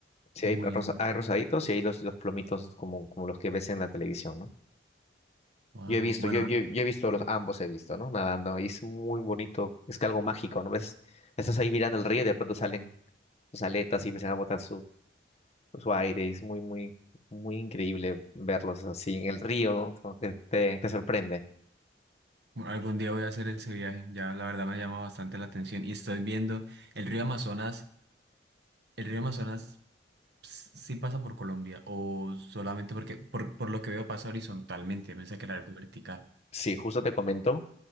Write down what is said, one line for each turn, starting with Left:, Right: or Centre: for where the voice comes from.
Left: Sí,
Right: Uy,
Left: hay, rosa- hay rosaditos y hay los, los plomitos como, como los que ves en la televisión, ¿no?
Right: wow.
Left: Yo he visto,
Right: Bueno,
Left: yo, yo, yo he visto los ambos, he visto, ¿no? Nadando, y es muy bonito, es que algo mágico, ¿no? Ves, estás ahí mirando el río y de pronto salen sus aletas y empiezan a botar su, su aire, y es muy, muy, muy increíble verlos así en el río, ¿no? Como que te, te sorprende.
Right: algún día voy a hacer ese viaje. Ya la verdad me llama bastante la atención. Y estoy viendo el río Amazonas. ¿El río Amazonas s- sí pasa por Colombia? ¿O solamente porque, por, por lo que veo, pasa horizontalmente? Me pensé que era algo vertical.
Left: Sí, justo te comento.